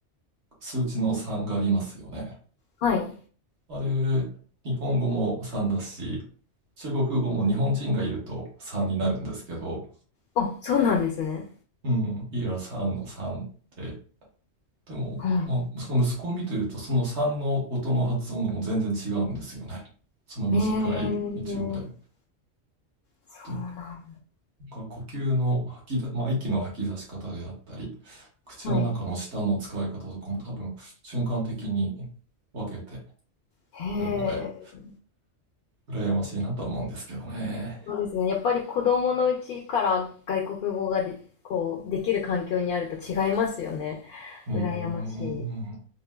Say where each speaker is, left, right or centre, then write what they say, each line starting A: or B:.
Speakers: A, on the right; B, on the left.
A: 数値の3がありますよね。
B: はい。
A: あれ、日本語も3だし、中国語も日本人が言うと3になるんですけど、
B: あ、そうなんですね。
A: うん、いや3の3ででも、
B: はい。
A: まあ、その息子を見てると、その3の音の発音がもう全然違うんですよね。その短い一音で。
B: ええ、そうなん。
A: というか、呼吸の吐きだ、まあ、息の吐き出し方であったり、口の中の舌の使い方とかも多分瞬間的に分けて
B: はい。へえ。
A: るので、羨ましいなとは思うんですけどね。
B: そうですね。やっぱり子供のうちから外国語がで、こう、できる環境にあると違いますよね。
A: うーん。
B: 羨ましい。